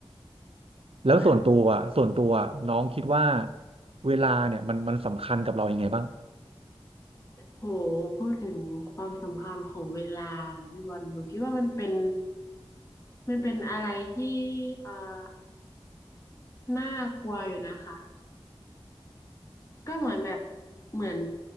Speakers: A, on the right (about 70°); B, on the left (about 30°).
A: แล้วส่วนตัวอะส่วนตัวน้องคิดว่า
B: แบบ
A: เวลาเนี่ยมันมันสำคัญกับเรายังไงบ้าง
B: โหพูดถึงความสำคัญของเวลาเนอะพี่บอลหนูคิดว่ามันเป็นมันเป็นอะไรที่เอ่อน่ากลัวอยู่นะคะก็เหมือนแบบเหมือน